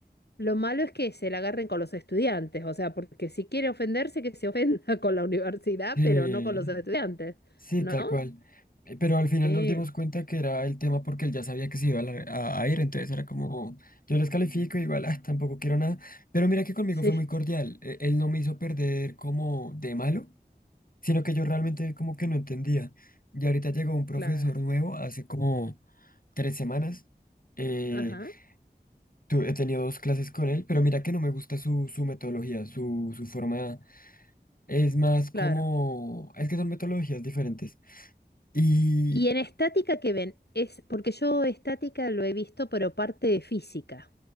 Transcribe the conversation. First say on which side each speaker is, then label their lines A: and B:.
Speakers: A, on the left; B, on the left.
A: Lo malo es que se la agarren con los estudiantes, o sea, porque si quiere ofenderse, que se ofenda <laughs> con la universidad,
B: Sí,
A: pero no con los estudiantes,
B: sí,
A: ¿no?
B: tal cual. Eh, Pero al final
A: Sí,
B: nos dimos cuenta que era el tema porque él ya sabía que se iba a, la- a- a ir, entonces era como, yo les califico, igual, ah, tampoco quiero nada. Pero mira que conmigo
A: sí,
B: fue muy cordial, eh, él no me hizo perder como de malo. sino que yo realmente como que no entendía. Y ahorita llegó un profesor
A: claro.
B: nuevo hace como tres semanas. Eh,
A: Ajá,
B: tu- he tenido dos clases con él, pero mira que no me gusta su, su metodología, su, su forma. Es más como...
A: claro.
B: Es que son metodologías diferentes. Y
A: Y en estática que ven, es porque yo estática lo he visto, pero parte de física.